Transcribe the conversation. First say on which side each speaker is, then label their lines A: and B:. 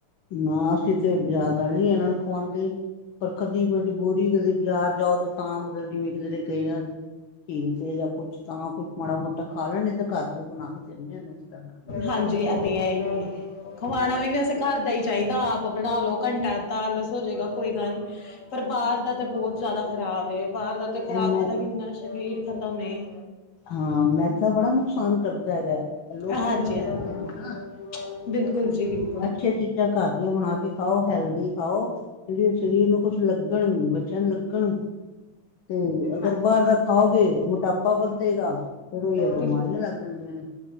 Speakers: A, on the left; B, on the left.
A: ਨਾ ਅਸੀਂ ਤੇ ਜ਼ਿਆਦਾ? ਨੀ ਇਹਨਾਂ ਨੂੰ ਖਵਾਉਂਦੇ, ਪਰ ਕਦੀ ਮਜਬੂਰੀ ਕਦੇ ਬਜ਼ਾਰ ਜਾਓ ਤਾਂ ਮਤਲਬ ਜਿਵੇਂ ਕਿਧਰੇ ਗਏ ਆ ਝੀਲ ਤੇ ਜਾਂ ਕੁੱਛ ਤਾਂ ਕੁੱਛ ਮਾੜਾ ਮੋਟਾ ਖਾ ਲੈਣ ਤੇ ਘਰ ਤੋਂ ਵੀ ਬਣਾ ਕੇ ਦਿੰਦੇ ਹਾਂ ਇਸ ਤਰ੍ਹਾਂ।
B: ਹਾਂਜੀ ਐ ਤੇ ਹੈ ਹੀ। ਖਵਾਣਾ ਵੀ ਵੈਸੇ ਘਰ ਦਾ ਹੀ ਚਾਹੀਦਾ। ਆਪ ਬਣਾ ਲਓ। ਘੰਟਾ ਅੱਧਾ ਆਲਸ ਹੋ ਜਾਵੇਗਾ ਕੋਈ ਗੱਲ ਨਹੀਂ, ਪਰ ਬਾਹਰ ਦਾ ਤਾਂ ਬਹੁਤ ਜ਼ਿਆਦਾ ਖ਼ਰਾਬ ਹੈ ਬਾਹਰ ਦਾ ਤੇ ਖਰਾਬ
A: ਇਹ ਮੈਂ
B: ਪਤਾ ਕਿੰਨਾ ਸਰੀਰ ਖਤਮ ਏ।
A: ਹਾਂ, ਮੈਦਾ ਬੜਾ ਨੁਕਸਾਨ ਕਰਦਾ ਹੈਗਾ ਲੋਕ
B: ਹਾਂਜੀ
A: ਸਮਝਦੇ
B: ਹਾਂਜੀ
A: ਹੈਗੇ ਨਾ।
B: ਬਿਲਕੁਲ ਜੀ ਬਿਲਕੁਲ
A: ਅੱਛੀਆ ਚੀਜ਼ਾਂ ਘਰ ਦੀਆਂ ਬਨਾ ਕੇ ਖਾ ਔ, ਹੈਲਦੀ ਖਾ ਔ, ਜਿੜੀ ਸ਼ਰੀਰ ਨੂੰ ਕੁਛ ਲੱਗਣ ਵੀ, ਬੱਚਿਆ ਨੂੰ ਲੱਗਣ? ਤੇ ਅਗਰ
B: ਹਾਂ
A: ਬਾਹਰਲਾ ਖਾਓਗੇ, ਮੋਟਾਪਾ ਵਧੇਗਾ। ਫਿਰ ਉਹੀ ਆਂ ਬਿਮਾਰੀਆਂ
B: ਬਿਲ
A: ਲੱਗ ਜਾਂਦੀਆਂ ਨੇ